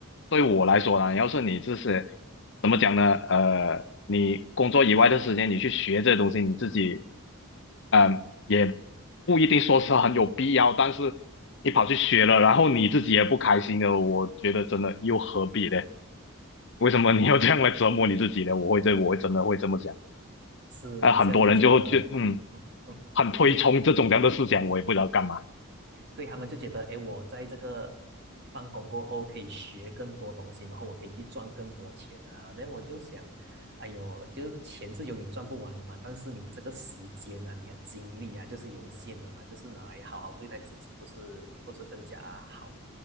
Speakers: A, on the left; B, on the right.
A: 对我来说呢，要是你自是怎么讲呢？呃，你工作以外的时间，你去学这东西，你自己，嗯、也不一定说是很有必要。但是你跑去学了，然后你自己也不开心的，我觉得真的又何必呢？为什么你要这样来折磨你自己呢？我会这，我会真的会这么想。
B: 是有些人就觉得，
A: 啊、很多人就就嗯，
B: 嗯嗯，
A: 很推崇这种这样的思想，
B: 就就
A: 我也不知道干嘛。
B: 对他们就觉得，哎，我在这个放工过后可以学更多东西，然后我可以去赚更多钱啊。那我就想，哎呦，就是钱是永远赚不完的嘛，但是你的这个时间啊，你的精力啊，就是有限的嘛，就是拿来好好对待自己，不是不是更加好？